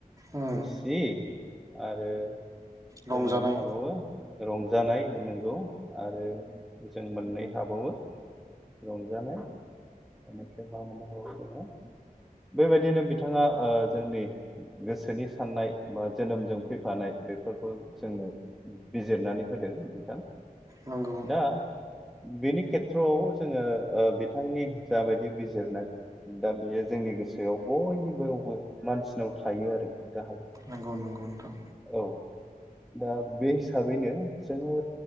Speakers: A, on the right (about 25°); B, in the centre.
A: उम
B: खुसि आरो
A: रंजानाय
B: जों मोननो हाबावो रंजानाय नोंगौ आरो जों मोननै हाबावो रंजानाय बेनिफ्राय मा मोननो हाबावो जोङो बेबायदिनो बिथाङा ओ जोंनि गोसोनि साननाय बा जोनोमजों फैफानाय बेफोरखौ जोंनो बिजिरनानै होदों नोंथां
A: नंगौ
B: दा बेनि खेथ्रआव जोङो ओ बिथांनि जाबायदि बिजिरनाय दा बेयो जोंनि गोसोआव बयनिावबो मानसिनाव थायो आरो गाहाय
A: नोंगौ नोंगौ नोंथां
B: औ दा बे हिसाबैनो जोङो